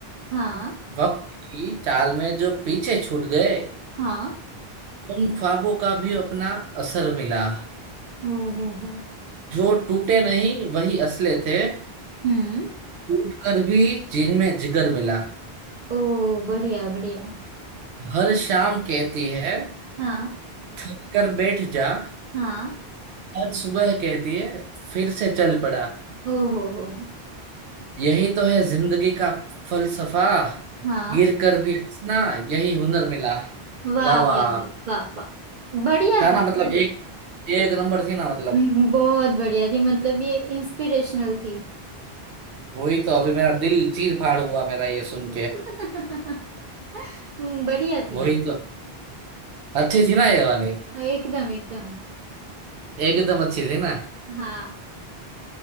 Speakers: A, on the right; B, on the right.
A: हाँ
B: वक्त की चाल में जो पीछे छूट गए
A: हाँ
B: उन ख्वाबों का भी अपना असर मिला
A: ओ हो हो
B: जो टूटे नहीं वही असले थे
A: हम्म
B: टूट कर भी जिनमें जिगर मिला
A: ओ बढ़िया बढ़िया
B: हर शाम कहती है
A: हाँ
B: थक कर बैठ जा
A: हाँ
B: हर सुबह कहती है फिर से चल पड़ा
A: ओ हो हो
B: यही तो है जिंदगी का फलसफा
A: हाँ
B: गिर कर भी हंसना यही हुनर मिला
A: वाह
B: वाह
A: वाह
B: वाह
A: वाह वाह वाह। बढ़िया
B: था
A: था
B: ना मतलब
A: बढ़िया
B: एक एक नंबर थी ना मतलब
A: हम्म, हम्म, बहुत बढ़िया थी मतलब ये इंस्पिरेशनल थी
B: वही तो अभी मेरा दिल चीर फाड़ हुआ मेरा ये सुन के
A: <laughs> हम्म, बढ़िया थी
B: वही
A: ये
B: तो अच्छी थी ना ये वाली
A: हाँ, एकदम एकदम
B: एकदम अच्छी थी ना
A: हाँ